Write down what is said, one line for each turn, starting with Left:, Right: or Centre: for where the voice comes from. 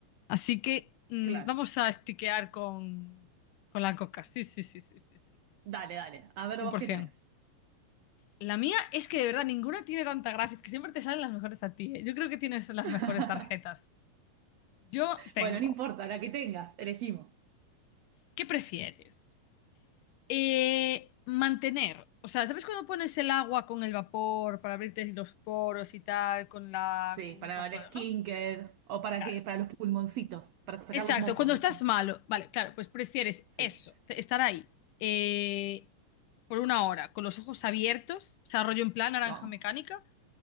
Left: Así que mm,
Right: claro.
Left: vamos a estiquear con, con la coca. Sí, sí, sí, sí, sí, sí,
Right: Dale, dale. A ver
Left: 100%.
Right: vos qué tenés.
Left: La mía es que de verdad ninguna tiene tanta gracia, es que siempre te salen las mejores a ti, ¿eh? Yo creo que tienes las mejores
Right: <laughs>
Left: tarjetas. Yo tengo.
Right: Bueno, no importa, la que tengas, elegimos.
Left: ¿Qué prefieres? Eh, mantener, o sea, ¿sabes cuando pones el agua con el vapor para abrirte los poros y tal con la
Right: Sí,
Left: con
Right: para
Left: un cazuelo,
Right: el skincare
Left: ¿no?
Right: o para
Left: Claro.
Right: qué, para los pulmoncitos, para sacar
Left: Exacto,
Right: los mocos,
Left: cuando
Right: ¿viste?
Left: estás malo, vale, claro, pues prefieres
Right: Sí.
Left: eso, te- estar ahí eh, por una hora con los ojos abiertos, o sea, rollo en plan naranja
Right: Wow.
Left: mecánica,